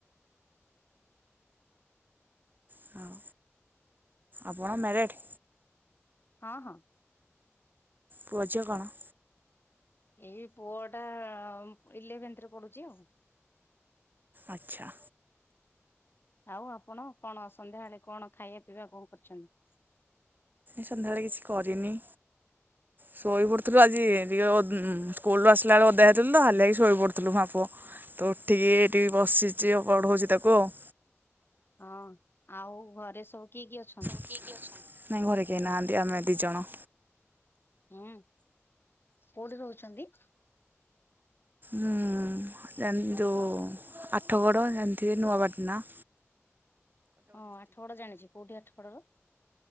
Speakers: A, on the right; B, on the left.
A: ହଁ ଆପଣ ମ୍ୟାରେଟ୍?
B: ହଁ ହଁ।
A: ପୁଅ ଝିଅ କଣ?
B: ଏଇ ପୁଅଟା ଇଲେଭେନ୍ଥ ରେ ପଢୁଛି ଆଉ
A: ଆଚ୍ଛା।
B: ଆଉ ଆପଣ କଣ ସନ୍ଧ୍ୟାବେଳେ କଣ ଖାଇବା ପିଇବା କଣ କରିଛନ୍ତି?
A: ସନ୍ଧ୍ୟାବେଳେ କିଛି କରିନି
B: <unintelligible>
A: ଶୋଇ ପଡିଥିଲୁ ଆଜି ଟିକେ ସ୍କୁଲରୁୁ ଆସିଲା ବେଳେ ଓଦା ହେଇଥିଲୁ ତ ହାଲିଆ ହେଇକି ଶୋଇପଡିଥିଲୁ ମା ପୁଅ ତ ଉଠିକି ଏଠି ବସିଛି ଆଉ ପଢ଼ଉଚି ତାକୁ ଆଉ
B: ହଁ ଆଉ ଘରେ ସବୁ କିଏ କିଏ ଅଛନ୍ତି?
A: କିଏ କିଏ ଅଛନ୍ତି ନାଇଁ ଘରେ କେହି ନାହାନ୍ତି ଆମେ ଦି ଜଣ
B: ହୁଁ କୋଉଠି ରହୁଛନ୍ତି?
A: ହୁଁ ଯୋଉ ଆଠଗଡ଼ ଜାଣିଥିବେ ନୂଆପାଟନା
B: ହଁ ଆଠଗଡ ଜାଣିଛି କୋଉଠି ଆଠଗଡର